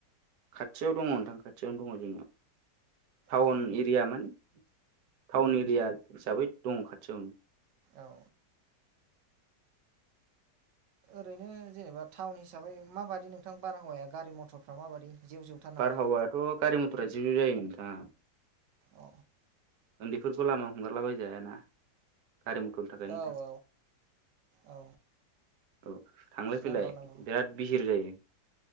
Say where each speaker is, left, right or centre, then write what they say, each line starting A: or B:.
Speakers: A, on the right; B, on the right.
A: खाथियाव दङ नोंथां खाथियावनो दङ जोंनियाव। टाउन
B: औ
A: इरिया मानि टाउन इरिया हिसाबै दं खाथियावनो।
B: औ। ओरैनो जेनेबा टाउन हिसाबै माबादि नोंथां बारहावाया गारि मथरफ्रा माबादि? जेव जेवथार नामा
A: बारहावायाथ' गारि मथरा जिउ जिउ जायो नोंथां।
B: औ
A: ओन्दैफोरखौ लामायाव हंगारला बायजाया ना। गारि मथरनि थाखायनो नोंथां
B: औ औ औ
A: औ। थांलाय फैलाय
B: नंगौ नंगौ
A: बिराद बिहिर जायो।